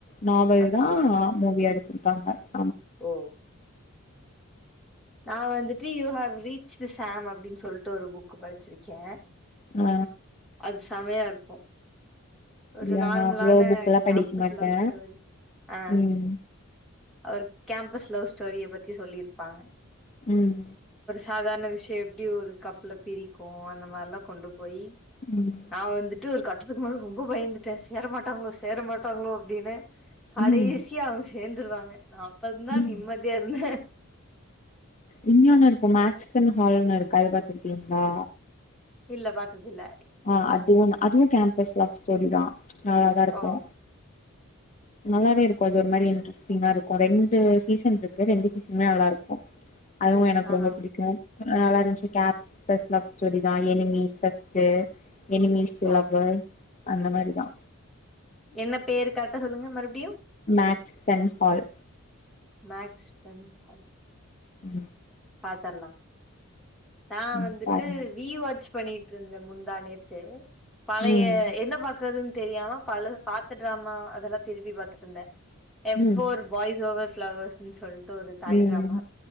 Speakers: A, on the left; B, in the centre.
A: நாவல்
B: அப்டியா
A: தா மூவியாடுத்து ஆம
B: ஓ நான் வந்துட்டு யூ ஹவ் ரீச்டு சாம் அப்டின் சொல்ட்டு ஒரு புக் படிச்சிருக்கே
A: அ
B: அது செமையாருக்கு ஒரு
A: இல்ல
B: நார்மலான
A: நா அவ்ளோ புக் எல்லா
B: கேம்பஸ்
A: படிக்க மாட்டே
B: லவ் ஸ்டோரி அ
A: ம்
B: அவரு கேம்பஸ் லவ் ஸ்டோரிய பத்தி சொல்லிருப்பாங்க
A: ம்
B: சாதாரண விஷயோ எப்டி ஒரு கப்புல பிரிக்கு அந்த மாரிலா கொண்டு பொய்
A: ம்
B: நா வந்துட்டு ஒரு க அதுக்கு மேல ரொம்ப பயந்துட்டே சேர மாட்டாங்ளோ சேர மாட்டாங்களோ அப்டின்னு கடைசியா
A: ம்
B: சேந்துருவாங்க ஆம் அப்றந்தா
A: ம்
B: நிம்மதியா இருந்தே
A: இன்யொண்ணு இருக்கு மேஸ்க்பின் ஹால்ன்னு இருக்கு அது பாத்துருக்கீங்ளா
B: இல்ல பாத்ததில்ல
A: ஆ அதுவொன்னு அதுவு கேம்பஸ் லவ் ஸ்டோரி தா நல்லா தா இருக்கு
B: ஓ
A: நல்லாவே இருக்கு அது ஒரு மாரியான ட்ரஸ்டிங்கா இருக்கு ரெண் டு சீசன் இருக்கு ரெண்டு சீசனுமே நல்லாருக்கு அதுவு எனக்கு
B: ஆ
A: ரொம்ப பிடிக்கு அ நல்லா இருன்ச்சு கேம் பஸ் லவ் ஸ்டோரி தா enemies first enemies to
B: O
A: lover அந்த மாரிதா
B: என்ன பேரு கரெக்டா சொல்லுங்க மறுபடியு
A: மேக்ஸ்டன்ஹால்
B: மேக்ஸ்பன் ஹால்
A: உ
B: பாத்தர்லா நா
A: ம்
B: வந்துட்டு
A: பாருங்க
B: ரீவாச் பண்ணிட்ருந்தே முந்தா நேத்து பழைய
A: ம்
B: என்ன பாக்றது தெரியாம பலது பாத்துட்ராமா அதெல்லா திருப்பி பாத்தட்ருந்தே எஃப்
A: ம்
B: ஃபோர் பாய்ஸ் ஓவர் வெ ப்ளவர்ஸுனு சொல் ட்டு ஒரு தாய்
A: ம்
B: ட்ராமா